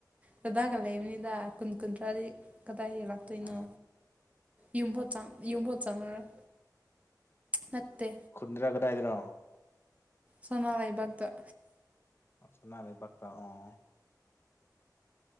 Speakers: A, on the right; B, on the left.
A: ꯗꯥꯗꯥꯒ ꯂꯩꯕꯅꯤꯗ ꯀꯨꯟ ꯀꯨꯟꯊ꯭ꯔꯥꯗꯤ ꯀꯗꯥꯏ ꯍꯦꯜꯂꯣ ꯀꯩꯅꯣ
B: ꯑ
A: ꯌꯨꯝꯕꯣ ꯆꯥꯡ ꯌꯨꯝꯕꯣ ꯆꯪꯉꯔꯣꯏ ꯅꯠꯇꯦ
B: ꯈꯨꯨꯟꯗ꯭ꯔꯥ ꯀꯗꯥꯏꯗꯔꯣ
A: ꯁꯥꯅꯥ ꯂꯩꯕꯥꯛꯇ
B: ꯁꯅꯥ ꯂꯩꯕꯥꯛꯇ ꯑꯣ ꯑꯣ